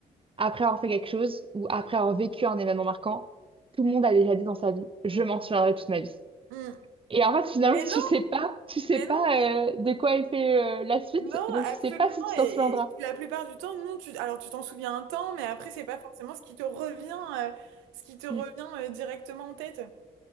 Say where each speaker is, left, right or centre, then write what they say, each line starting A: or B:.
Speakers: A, on the right; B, on the right.
A: après avoir fait quelque chose ou après avoir vécu un événement marquant, tout le monde a déjà dit dans sa vie, je m'en souviendrai toute ma vie.
B: Mm.
A: Et en fait, finalement,
B: Et
A: tu
B: non,
A: sais pas, tu sais
B: mais
A: pas
B: non.
A: euh, de quoi est fait euh, la suite,
B: Non,
A: et donc
B: absolument.
A: tu sais pas si tu t'en
B: Et,
A: souviendras.
B: et- et puis la plupart du temps, non, tu, alors tu t'en souviens un temps, mais après, c'est pas forcément ce qui te revient, euh, ce qui te revient
A: Mm.
B: euh, directement en tête